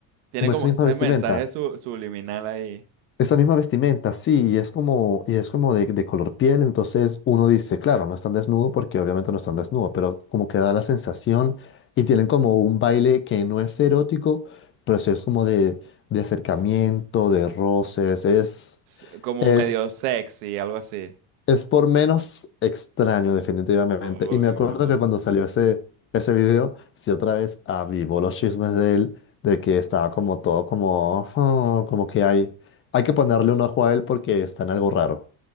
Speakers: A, on the right; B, on the left.
A: Tiene
B: como
A: como
B: esa misma
A: ese
B: vestimenta
A: mensaje su- subliminal ahí.
B: esa misma vestimenta, sí, y es como, y es como de, de color piel, entonces uno dice, claro, no están desnudo porque obviamente no están desnudo, pero como que da la sensación y tienen como un baile que no es erótico, pero sí es como de, de acercamiento, de roces, es,
A: s- Como
B: es
A: medio sexy, algo así.
B: es por menos extraño, definitivamente.
A: Uy,
B: Y me acuerdo
A: no.
B: que cuando salió ese, ese video, sí otra vez avivó los chismes de él, de que estaba como todo como, "Oh, como que hay, hay que ponerle un ojo a él porque está en algo raro.